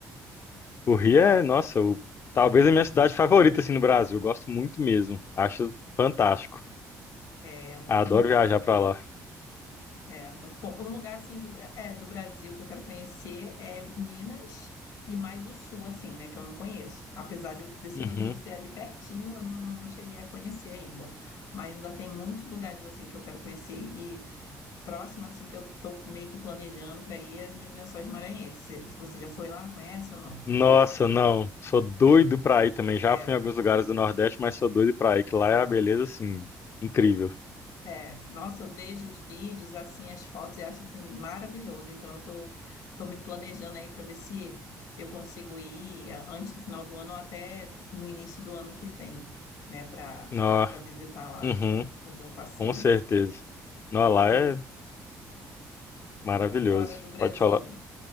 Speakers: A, on the left (about 45°); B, on the left (about 80°).
A: O Rio é,
B: é,
A: nossa, o- talvez a minha cidade favorita assim no Brasil. Eu gosto muito mesmo. Acho fantástico.
B: é muito
A: Adoro
B: bom.
A: viajar pra lá.
B: É, muito bom. Um lugar assim do, Bra- é, do Brasil que eu quero conhecer é Minas e mais o sul, assim, né? Que eu não conheço. Apesar de eu ter sido
A: Uhum.
B: do Rio e ser ali pertinho, eu não, não- não cheguei a conhecer ainda. Mas ainda tem muitos lugares assim que eu quero conhecer. E próximo, assim, que eu tô meio que planejando para ir é nos Lençóis Maranhenses. Se- se Você já foi lá? Conhece ou não?
A: Nossa, não. Sou doido pra ir também.
B: É.
A: Já fui em alguns lugares do Nordeste, mas sou doido pra ir, que lá é a beleza assim incrível.
B: É, nossa, eu vejo os vídeos, assim, as fotos e acho, assim, maravilhoso. Então, eu tô, tô me planejando aí para ver se eu consigo ir a- antes do final do ano ou até, tipo, no início do ano que vem, né, para
A: Nó.
B: para visitar lá,
A: Uhum.
B: fazer um passeio.
A: Com certeza. Nó, lá
B: E,
A: é maravilhoso.
B: e fora do Brasil.
A: Pode falar.